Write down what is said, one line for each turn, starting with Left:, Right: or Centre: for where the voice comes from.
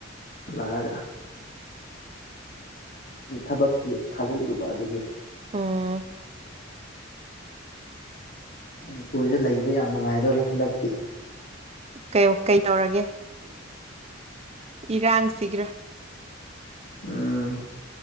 Left: ꯍꯜꯂꯛꯑꯒ ꯊꯕꯛꯀꯤ ꯊꯥꯖꯤꯜꯂꯨꯕ ꯑꯗꯨꯒꯤꯅꯤ
Right: ꯎꯝ
Left: ꯃꯅꯤꯄꯨꯔꯁꯦ ꯂꯩꯕ ꯌꯥꯝ ꯅꯨꯡꯉꯥꯏꯗꯨꯔꯤ ꯍꯟꯗꯛꯇꯤ
Right: ꯀꯩ ꯀꯩꯗꯧꯔꯒꯦ ꯏꯔꯥꯡꯁꯤꯒꯤꯔꯣ
Left: ꯎꯝ